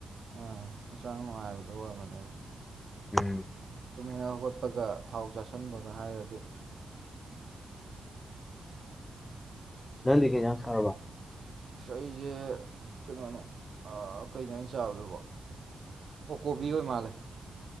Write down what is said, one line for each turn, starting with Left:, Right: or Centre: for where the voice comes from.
Right: ꯑꯥ ꯍꯛꯆꯥꯡ ꯅꯨꯡꯉꯥꯏꯕꯗ ꯑꯣꯏꯔꯝꯃꯅꯦꯕ
Left: ꯎꯝ
Right: ꯇꯃꯤ ꯆꯠꯄꯒ ꯊꯥꯎ ꯆꯥꯥꯁꯟꯕꯒ ꯍꯥꯏꯔꯗꯤ
Left: ꯅꯈꯦ ꯌꯥꯝ ꯁꯥꯔꯕ
Right: ꯑ ꯑꯩꯁꯦ ꯀꯩꯅꯣꯅꯦ ꯀꯩꯅꯣ ꯑꯣꯏꯅ ꯆꯥꯕꯗꯧꯕ ꯑꯣ ꯀꯣꯕꯤ ꯑꯣꯏ ꯃꯥꯜꯂꯦ